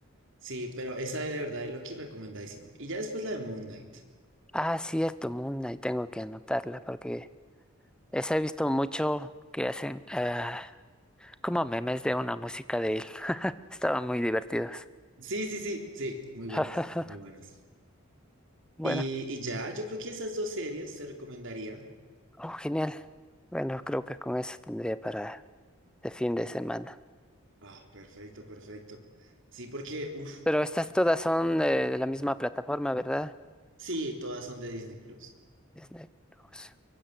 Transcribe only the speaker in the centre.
Ah, cierto, Moon Knight, tengo que anotarla porque esa he visto mucho que hacen eh, como memes de una música de él. Estaban muy divertidos.
<laughs>
Bueno,
oh, genial. Bueno, creo que con eso tendría para de fin de semana.
Pero estas todas son eh, de la misma plataforma, ¿verdad?
Disney Plus.